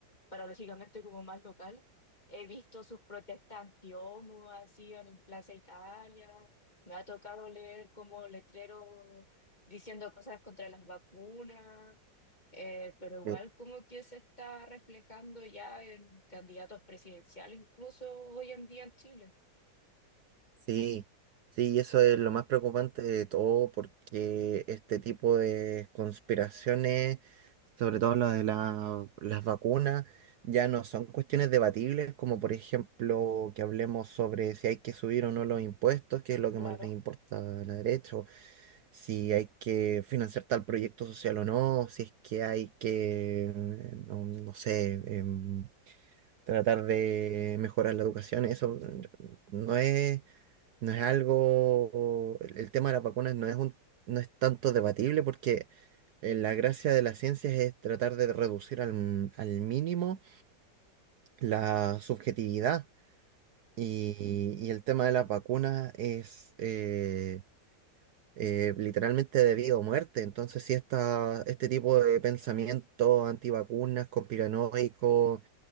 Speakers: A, on the left; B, on the right.
A: paradójicamente como más local. He visto sus protestas anti-ONU así en Plaza Italia. Me ha tocado leer como letreros diciendo cosas contra las vacunas. Eh, pero igual
B: Eh,
A: como que se está reflejando ya en candidatos presidenciales, incluso hoy en día en Chile.
B: Sí, sí, eso es lo más preocupante de todo porque este tipo de conspiraciones, sobre todo lo de la- las vacunas, ya no son cuestiones debatibles, como por ejemplo que hablemos sobre si hay que subir o no los impuestos, que es lo que
A: Claro.
B: más les importa a la derecha, o si hay que financiar tal proyecto social o no, si es que hay que, eh, no, no sé, em, tratar de mejorar la educación, eso eh, no es No es algo, el el tema de las vacunas no es un, no es tanto debatible porque eh, la gracia de las ciencias es tratar de reducir al, m- al mínimo la subjetividad y, y el tema de las vacunas es eh, eh, literalmente de vida o muerte. Entonces, si esta, este tipo de pensamiento antivacunas, conspiranoico,